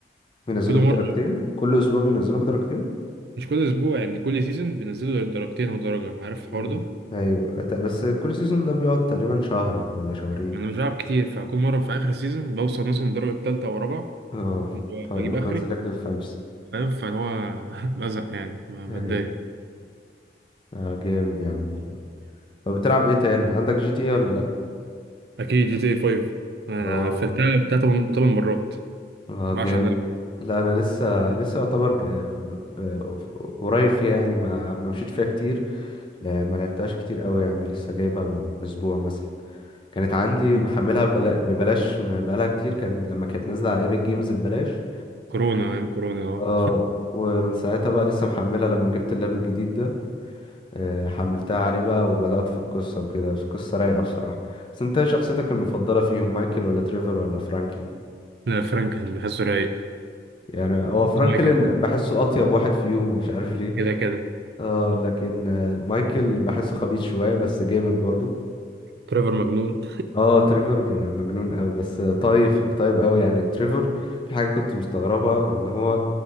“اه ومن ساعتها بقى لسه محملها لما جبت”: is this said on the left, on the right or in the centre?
Left